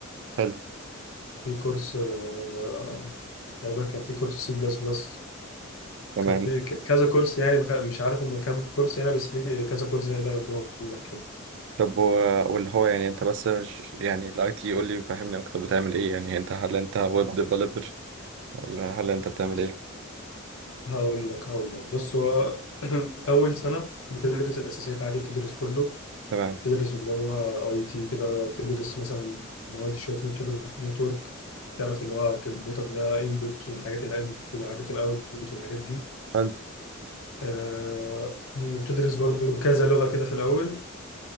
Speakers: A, on the right; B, on the left.
A: حلو
B: في كورس آه، تقريبا كان في كورس سي بلس بلس
A: تمام
B: كان في ك- كذا كورس يعني مخ- مش عارف هم كام كورس يعني بس في كذا كورس زي اللي انا قلت لك كده
A: طب و- واللي هو يعني انت بس ش- يعني الاي تي قول لي فهمني اكتر بتعمل ايه يعني انت هل انت ويب ديفلوبر ولا هل انت بتعمل ايه
B: هقول لك هقول لك بص هو <clears throat> اول سنه بتدرس الاساسيات عادي بتدرس كله
A: تمام
B: تدرس اللي هو اي تي كده بتدرس مثلا مواد شويه نتورك نتورك تعرف اللي هو الكمبيوتر ده انبوت والحاجات الانبوت والحاجات الاوتبوت والحاجات دي
A: حلو
B: آه بتدرس برضو كذا لغه كده في الاول